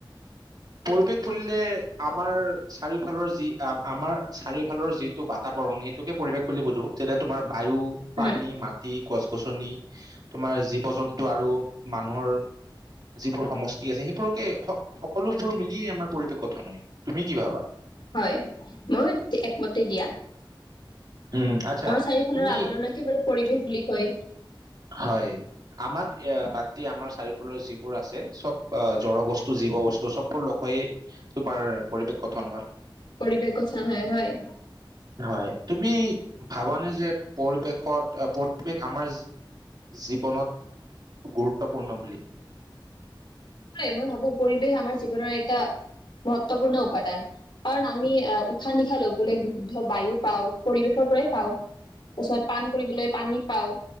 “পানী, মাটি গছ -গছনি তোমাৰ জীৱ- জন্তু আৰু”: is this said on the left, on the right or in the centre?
Right